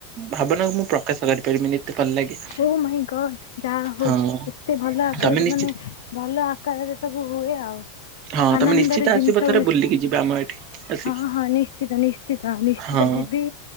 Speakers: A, on the right; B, on the left.
A: ଭାବନାକୁ ମୁଁ ପ୍ରକାଶ କରିପାରିବି ଏତେ ଭଲ ଲାଗେ।
B: ଓ ଭାଇ ଗଡ଼୍ ଯା ହଉ
A: ହଁ
B: ଏତେ ଭଲ ଆକାରରେ
A: ତମେ ନିଶ୍ଚିତ
B: ମାନେ ଭଲ। ଆକାରରେ ସବୁ ହୁଏ ଆଉ।
A: ହଁ
B: ଆନନ୍ଦରେ
A: ତମେ ନିଶ୍ଚିତ ଆସିବ
B: ଜିନିଷ
A: ଥରେ ବୁଲିକି ଯିବ ଆମ ଏଠି। ଆସିକି
B: ହଁ ହଁ ନିଶ୍ଚିତ ନିଶ୍ଚିତ ନିଶ୍ଚିତ
A: ହଁ
B: ଯିବି।